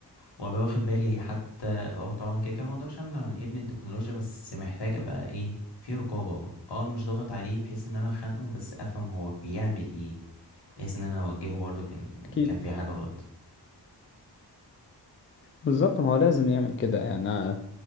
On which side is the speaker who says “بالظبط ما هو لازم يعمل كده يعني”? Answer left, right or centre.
Left